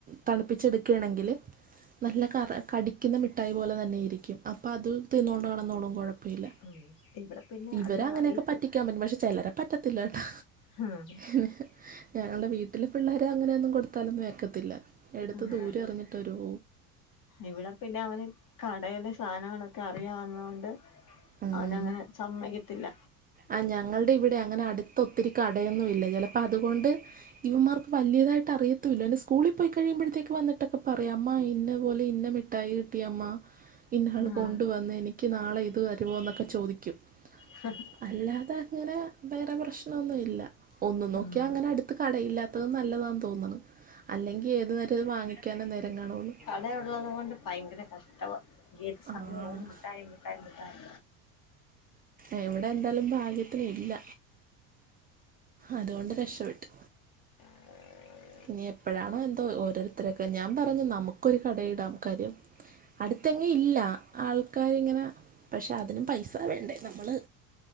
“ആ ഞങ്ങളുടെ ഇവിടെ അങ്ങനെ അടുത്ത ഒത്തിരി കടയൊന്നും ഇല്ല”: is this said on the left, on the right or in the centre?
Right